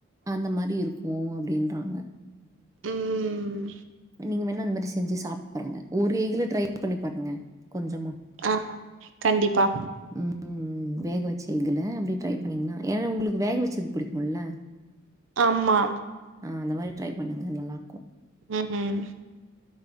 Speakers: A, on the right; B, on the right.
A: அந்த மாரி இருக்கு அப்டின்றாங்க
B: ம்
A: நீங்க வேணா இந்த மாரி செஞ்சு சாப்ட்டு பாருங்க ஒரு எக் ல ட்ரை பண்ணி பாருங்க கொஞ்சமா
B: ஆ கண்டிப்பா
A: ம் ம் வேக அப்டி ட்ரை பண்ணீங்கன்னா ஏன்னா உங்களுக்கு வேக வச்சது பிடிக்கும்ல்ல
B: ஆமா
A: ஆ அந்த மாரி ட்ரை பண்ணுங்க நல்லா இருக்கு
B: ம் ம்